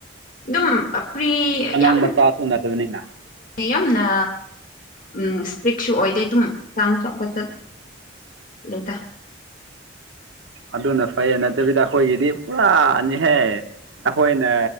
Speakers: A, on the left; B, on the right.
A: ꯑꯗꯨꯝ ꯐ꯭ꯔꯤ
B: ꯑꯉꯥꯡ
A: ꯌꯥꯝ
B: ꯃꯆꯥꯁꯨ ꯅꯠꯇꯕꯅꯤꯅ
A: ꯌꯥꯝꯅ ꯎꯝ ꯏꯁꯇ꯭ꯔꯤꯛꯁꯨ ꯑꯣꯏꯗꯦ ꯑꯗꯨꯝ ꯆꯥꯡ ꯆꯠꯄ ꯆꯠ ꯂꯩꯗ
B: ꯑꯗꯨꯅ ꯐꯩ ꯅꯠꯇꯕꯤꯗ ꯑꯩꯈꯣꯏꯒꯤꯗꯤ ꯄꯨꯔꯥꯅꯤꯍꯦ ꯑꯩꯈꯣꯏꯅ